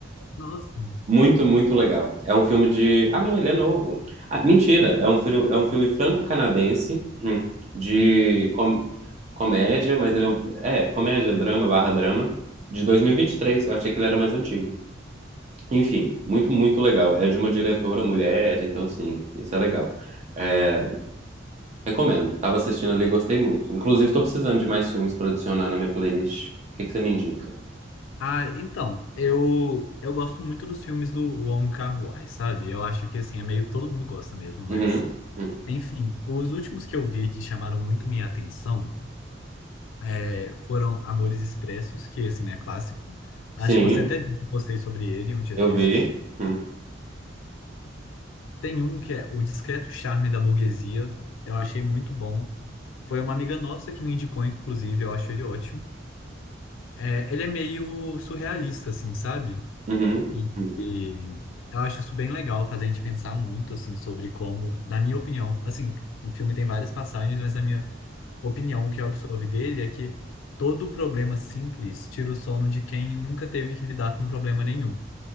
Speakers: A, on the left; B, on the right.
A: nossa.
B: Muito, muito legal. É um filme de. Ah, não, ele é novo. Ah, mentira, é um, fri- é um filme franco-canadense hum, de com- comédia, mas ele é, um... é comédia, drama, barra drama, de dois mil e e vinte e três Eu achei que ele era mais antigo. Enfim, muito, muito legal. É de uma diretora mulher, então, assim, isso é legal. É, Recomendo. Tava assistindo ali e gostei muito. Inclusive, tô precisando de mais filmes pra adicionar na minha playlist. O que que você me indica?
A: Ah, então, eu, eu gosto muito dos filmes do Wong Kar-wai, sabe? Eu acho que, assim, é meio todo mundo gosta mesmo, mas...
B: Uhum. uhum.
A: Enfim, os últimos que eu vi que chamaram muito minha atenção eh, foram Amores Expressos, que, assim, é clássico. Acho
B: Sim,
A: que você até viu que eu postei sobre ele um dia
B: eu
A: desses.
B: vi. Uhum.
A: Tem um que é O Discreto Charme da Burguesia. Eu achei muito bom. Foi uma amiga nossa que me indicou, inclusive, eu acho ele ótimo. É, ele é meio surrealista, assim, sabe?
B: Uhum.
A: E,
B: uhum.
A: e eu acho isso bem legal, faz a gente pensar muito, assim, sobre como, na minha opinião, assim, o filme tem várias passagens, mas na minha opinião, o que eu absorvi dele é que todo problema simples tira o sono de quem nunca teve que lidar com problema nenhum,